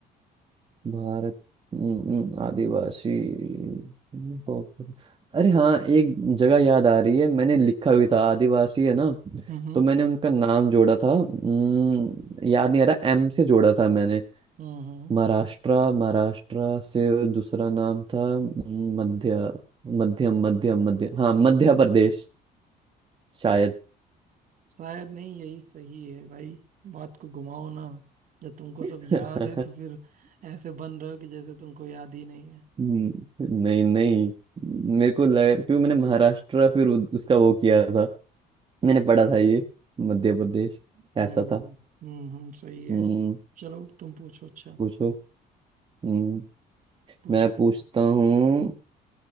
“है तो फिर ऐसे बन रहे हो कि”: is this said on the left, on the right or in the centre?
Right